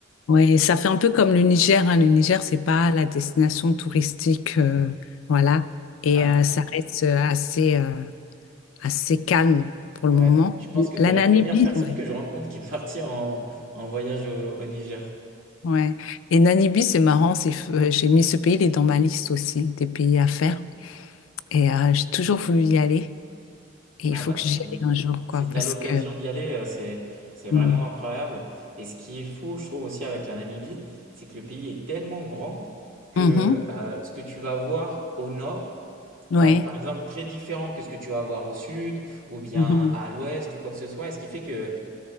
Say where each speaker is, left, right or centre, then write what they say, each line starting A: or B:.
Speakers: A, on the left; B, on the right.
A: ouais. Ça fait un peu comme le Niger, hein. Le Niger, c'est pas la destination touristique, euh, voilà, et
B: Ah,
A: euh, ça reste euh, assez. euh, assez calme pour le
B: ouais.
A: moment.
B: Je pense que tu
A: La
B: es la
A: Namibie,
B: première personne
A: ouais.
B: que je rencontre qui est partie en, en voyage au, au Niger.
A: Ouais. Et Namibie, c'est marrant, c'est, euh, j'ai mis ce pays, il est dans ma liste aussi des pays à faire. Et euh, j'ai toujours voulu y aller. Et
B: Ah
A: il faut
B: bah
A: que j'y
B: si
A: aille un jour, quoi,
B: si
A: parce
B: tu as l'occasion
A: que.
B: d'y aller, euh, c'est c'est vraiment
A: Mm.
B: incroyable. Et ce qui est fou, je trouve aussi avec la Namibie, c'est que le pays est tellement grand que
A: Mhm.
B: euh, ce que tu vas voir au nord
A: Ouais.
B: va être par exemple très différent que ce que tu vas voir au sud ou bien
A: Mhm.
B: à l'ouest ou quoi que ce soit. Et ce qui fait que